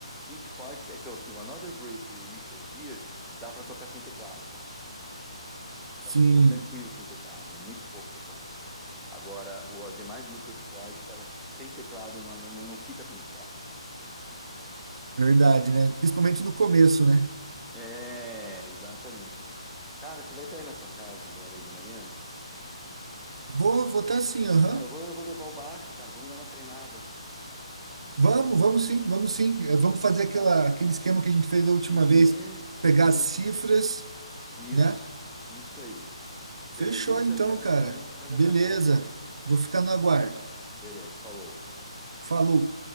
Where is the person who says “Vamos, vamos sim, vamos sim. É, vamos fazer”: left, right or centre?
Right